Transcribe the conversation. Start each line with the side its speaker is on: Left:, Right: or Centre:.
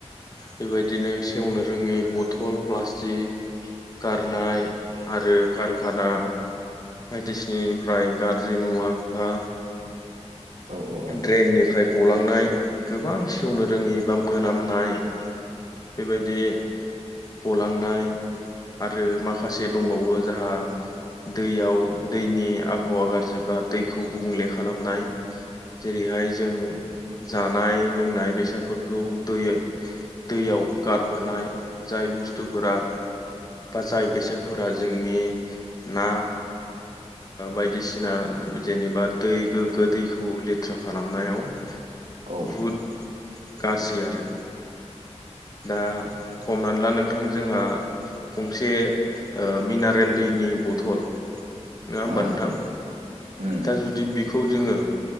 Left: बेबायदिनो सेवनो रोङै बथल प्लास्टिक गारनाय आरो कारखाना बायदिसिना निफ्राय गाज्रि मुवा बा
Right: औ
Left: ड्रेननिफ्राय गलांनाय गोबां सेवनो रोङि बा मोनामनाय बेबायदि गलांनाय आरो माखासे दंबावो जाहा दैयाव दैनि आबहावा गाज्रिबा दैखौ गुबुंले खालामनाय जेरैहाय जों जानाय लोंनाय बेसादफोरखौ दै दैयाव गारहरनाय जाय बुस्थुफोरा बा जाय बेसादफोरा जोंनि ना बायदिसिना जेनेबा दै गोग्गो दैखौ लिर बाथ्रा खालामनायाव
Right: औ
Left: बहुद गाज्रि आरो दा हमनानै ला नोंथां जोंहा गंसे ओ मिनारेल दैनि बथल नङा होमबा
Right: औ
Left: नोंथां।
Right: उम
Left: दा जुदि बेखौ जोङो।